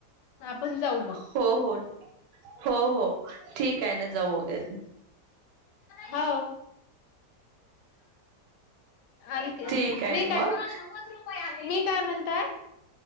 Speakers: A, on the left; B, on the right.
A: आपण जाऊ मग
B: हो हो हो हो ठीक आहे ना जाऊ वगेर
A: हो. आणखी,
B: ठीक आहे
A: मी
B: ना
A: काय,
B: मग
A: नव्वद रु आले, मी काय म्हणताय.